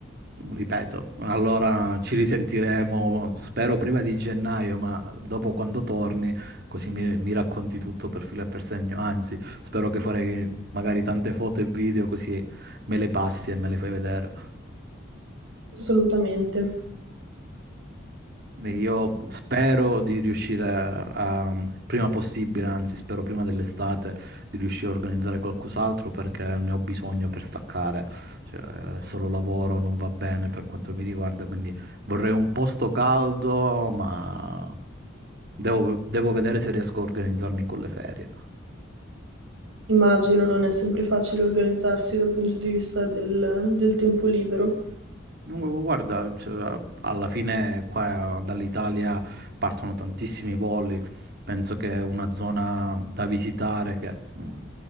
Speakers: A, on the right; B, on the right.
A: ripeto, allora ci risentiremo, spero prima di gennaio, ma dopo quando torni, così mi, mi racconti tutto per filo e per segno. Anzi, spero che farei magari tante foto e video così me le passi e me le fai vedere.
B: Assolutamente.
A: Beh, Io spero di riuscire a, a- prima possibile, anzi spero prima dell'estate, di riuscire a organizzare qualcos'altro perché ne ho bisogno per staccare. Cioè, eh, solo lavoro non va bene per quanto mi riguarda, quindi vorrei un posto caldo, ma devo, devo vedere se riesco a organizzarmi con le ferie.
B: Immagino non è sempre facile organizzarsi dal punto di vista del, del tempo libero.
A: Dunque, Guarda, cioè, alla fine qua dall'Italia partono tantissimi voli, penso che è una zona da visitare che mh,